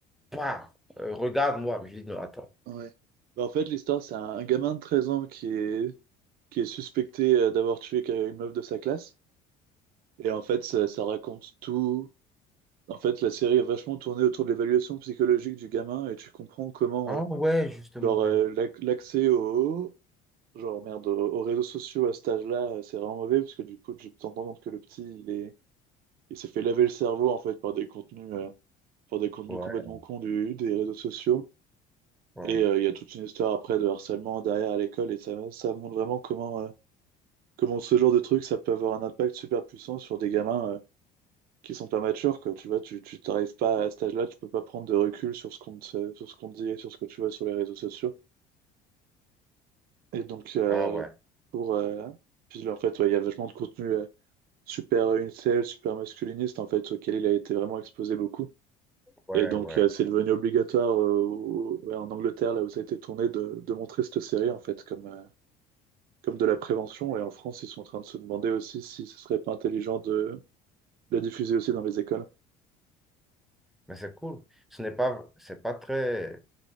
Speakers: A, in the centre; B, on the right.
A: bah, euh, regarde-moi. Mais je dis non, attends.
B: Ouais. Bah, en fait, l'histoire, c'est un, un gamin de 13 ans qui est, qui est suspecté euh, d'avoir tué une meuf de sa classe. Et en fait, ça, ça raconte tout. En fait, la série a vachement tourné autour de l'évaluation psychologique du gamin et tu comprends comment,
A: Ah
B: euh,
A: ouais, justement,
B: genre,
A: ouais.
B: euh, l'ac- l'accès au, genre, merde, aux, aux réseaux sociaux à cet âge-là, euh, c'est vraiment mauvais parce que du coup, tu te rends compte que le petit, il est, il s'est fait laver le cerveau, en fait, par des contenus, euh, par des contenus
A: Ouais,
B: complètement cons du, des réseaux sociaux.
A: ouais.
B: Et euh, il y a toute une histoire après de harcèlement derrière à l'école, et ça, ça montre vraiment comment, euh, comment ce genre de truc, ça peut avoir un impact super puissant sur des gamins euh, qui sont pas matures, quoi. Tu vois, tu, tu t'arrives pas à cet âge-là, tu peux pas prendre de recul sur ce qu'on te, sur ce qu'on te dit et sur ce que tu vois sur les réseaux sociaux. Et donc, euh,
A: Ah ouais,
B: pour, euh, puis en fait, ouais, il y a vachement de contenu euh, super euh, incel, super masculiniste, en fait, auquel il a été vraiment exposé beaucoup.
A: ouais,
B: Et donc,
A: ouais.
B: euh, c'est devenu obligatoire euh, au- ouais, en Angleterre, là où ça a été tourné, de, de montrer cette série, en fait, comme, euh, comme de la prévention. Et en France, ils sont en train de se demander aussi si ce serait pas intelligent de la diffuser aussi dans les écoles.
A: Mais c'est cool. Ce n'est pas, c'est pas très